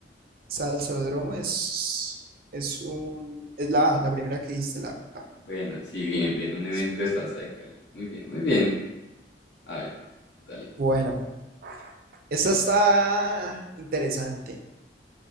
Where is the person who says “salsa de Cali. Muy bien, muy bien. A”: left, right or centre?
Left